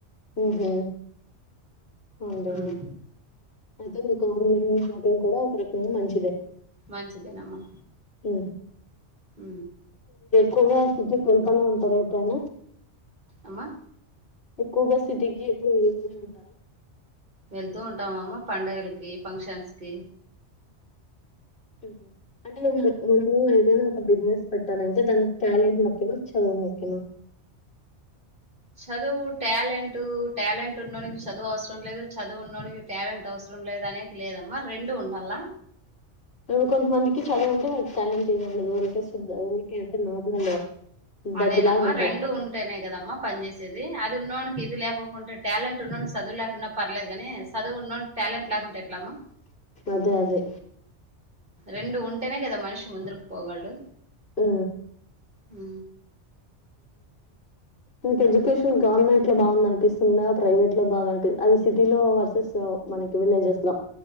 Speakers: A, on the left; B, on the right.
A: ఊహూ ఉండే
B: ఉమ్
A: అయితే మీకు ఆన్లైన్ లో షాపింగ్ కూడా ఒక రకంగా మంచిదే
B: మంచిదేనమ్మా
A: ఆ
B: హ
A: కొవస్తుట్ కళ్తననే ఉంటార పోను
B: అమ్మా
A: <inaudible> ఎక్కువగా సిటీకి ఎప్పుడు వెళ్తూనే ఉంటారా
B: వెళ్తూ ఉంటామమ్మ పండగలకి ఫంక్షన్స్ కి
A: హహ అంటే ముము ఏదైనా ఒక బిజినెస్ ప నే దానికి క్యాలెంట్ ముఖ్యమా చదువు ముఖ్యమా
B: చదువు టాలెంట్ టాలెంట్ ఉండడానికి చదువు అవసరం లేదు చదువు ఉండడానికి టాలెంట్ అవసరం లేదు అనే లేదమ్మా రెండు ఉండాల
A: ఇడు కొంతమందికి చదువు ఉంటే వాళకి టాలెంట్ ఇది ఉండదు ఊరికే ఊరికే అంటే నార్మల్ దద్దిలాగా
B: అదేనమ్మా
A: ఉంటాడు
B: రెండు ఉంటేనే కదమ్మా పని చేేసేది అ ఇది ఉన్ననికి ఇది లేకుంటే టాలెంట్ ఉండడానికి చదువు లేకుండా పర్లేదు కాగానీ చదువున్న టాలెంట్ లాగాంటాయి ఎట్లమ్మా
A: అదే అదే
B: రెండు ఉంటేనే కదా మనిషి ముందకు పోగళ్ళు
A: ఆ
B: హ
A: మకు ఎడ్యుకేషన్ గవర్నమెంట్ లో బాగుంది అనిపిస్తుందా ప్రైవేట్ లో బాగానిపి అది సిటీలో వర్సెస్ మనకి విలేజెస్ లో